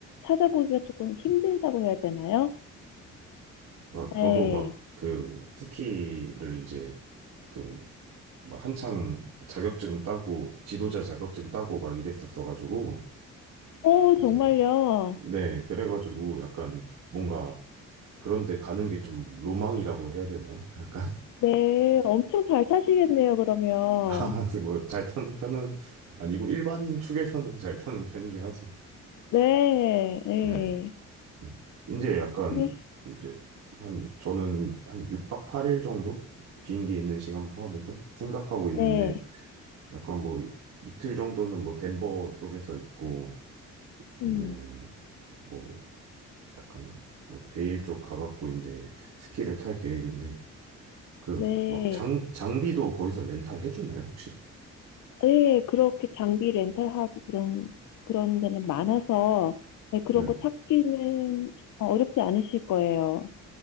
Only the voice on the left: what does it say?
찾아보기가 조금 힘들다고 해야 되나요?
네.
어,
정말요.
네, 엄청 잘 타시겠네요, 그러면.
네, 네.
그러,
네.
음.
네.
예, 그렇게 장비 렌탈하고 그런, 그런 데는 많아서, 네, 그런
거 찾기는 어렵지 않으실 거예요.